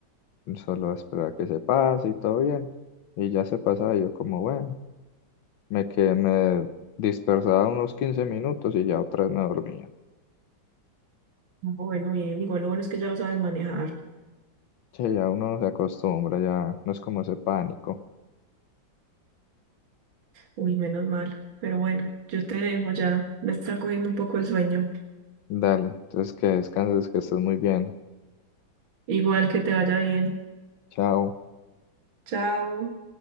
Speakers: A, on the left; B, on the right.
A: solo voy a esperar a que se pase y todo bien. Y ya se pasaba y yo como, bueno, me que me dispersaba unos 15 minutos y ya otra vez me dormía.
B: Bueno, bien, igual lo bueno es que ya lo sabes manejar.
A: Che, ya uno se acostumbra, ya no es como ese pánico.
B: Uy, menos mal. Pero bueno, yo te dejo ya. Me está cogiendo un poco el sueño.
A: Dale, entonces que descanses, que estés muy bien.
B: Igual que te vaya bien.
A: Chao.
B: Chao.